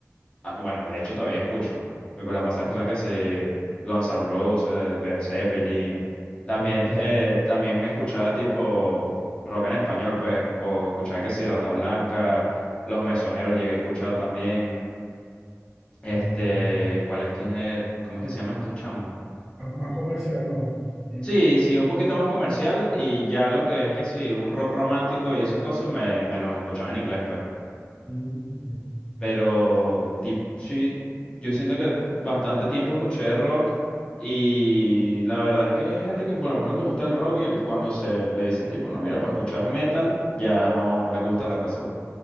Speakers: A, on the left; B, in the centre.
A: Ah, Bueno, de hecho todavía escucho. Me la pasaba escuchando que se Guns N' Roses, Led Zeppelin. También,
B: buenísimo.
A: eh, también escuchaba tipo rock en español, pues, o escuchaba que sí, Rata Blanca, Los Mesoneros llegué a escuchar también. Este,
B: Mm, ya.
A: ¿cuál es que es? ¿Cómo es que se llaman estos chamos?
B: Ah, Más comercial, no. Y-
A: Sí, sí, un poquito más comercial y ya lo que es que sí, un rock romántico y esas cosas me, me los escuchaba en inglés, pues.
B: mm, ya,
A: Pero tip- sí, yo siento que bastante tiempo escuché rock y la verdad es que hay gente que por lo menos le gusta el rock y cuando se le dicen tipo, no, mira, para escuchar metal, ya no, no les gusta la cosa, pues.